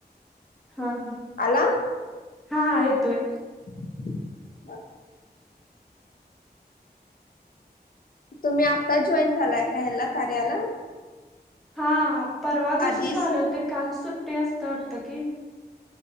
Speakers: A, in the centre; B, on the left (about 60°).
A: हा हा
B: आला
A: हा येतोय
B: <inaudible> तुम्ही आत्ता जॉईन झालाय का ह्याला कार्याला?
A: हा परवा दिवशी
B: आधीच
A: झाले होते काल सुट्टी असत वाटत की